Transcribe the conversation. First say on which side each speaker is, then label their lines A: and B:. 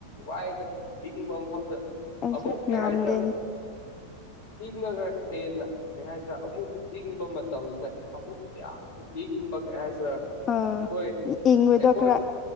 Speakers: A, on the left; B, on the left.
A: ꯋꯥꯏꯗ ꯏꯪꯕ ꯃꯐꯝꯗ
B: ꯑꯩꯁꯨ
A: ꯑꯃꯨꯛ ꯀꯩ
B: ꯉꯥꯝꯗꯦꯅꯦ
A: ꯍꯥꯏꯁꯤꯔꯥ ꯏꯪꯉꯒ ꯍꯦꯟꯅ ꯀꯩ ꯍꯥꯏꯁꯤꯔꯦ ꯑꯃꯨꯛ ꯏꯪꯕ ꯃꯇꯝꯗ ꯑꯃꯨꯛ ꯌꯥꯝ ꯏꯤꯡꯕ ꯀꯩꯍꯥꯏꯁꯤꯔꯥ
B: ꯑꯥ
A: ꯑꯩꯈꯣꯏ
B: ꯏꯪꯕꯗꯣ
A: ꯑꯩꯈꯣꯏ
B: ꯈꯔ